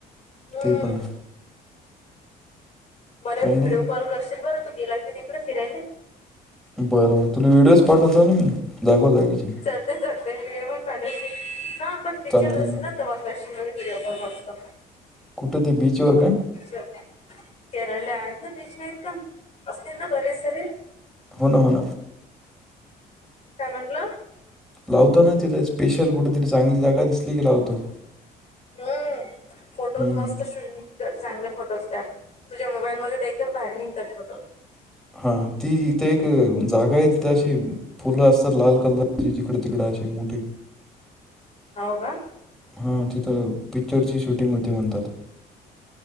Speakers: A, on the left (about 40°); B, in the centre.
A: हम्म
B: ते पण
A: मला
B: काही
A: व्हिडिओ
B: नाही
A: कॉल करशील बरं तु गेला कि तिकडे फिरायला
B: बरं बर तुला व्हिडिओच पाठवतो ना मी जागो जागीचे
A: ते व्हिडिओ पण पाठाय हा पण पिक्चर
B: चालतील
A: अस
B: हा
A: ना वा विडिओ आपण मस्त
B: कुठं ते बीचवर का
A: अच् केरळ आहेत ना बीच नाहीत का असतील ना बरेच सरे
B: होन हो ना
A: काय म्हंटलं
B: लावतो ना तिथं स्पेशल कुठेतरी चांगली जागा दिसली की लावतो
A: हम्म फोटोज
B: हम्म,
A: मस्त शूट कर चांगले फोटोज का तुझ्या मोबाईलमध्ये एकदम बाहेर निघतात फोटो
B: हा तीथ एक जागा आहे तिथे अशी फुलं असतात लाल कलरची जिकडे तिकडे अशी मोठीे
A: हो का
B: हा तिथं पिक्चरची शूटिंग होती म्हणतात